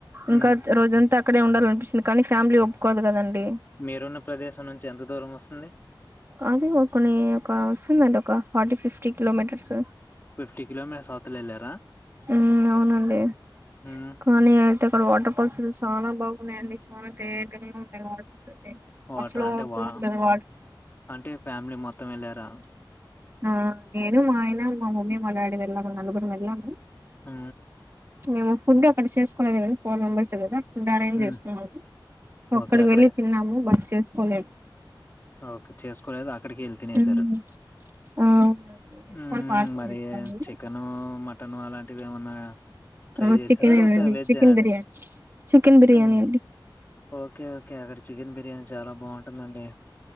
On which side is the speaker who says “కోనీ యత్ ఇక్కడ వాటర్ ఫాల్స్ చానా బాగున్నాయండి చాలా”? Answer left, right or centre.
Right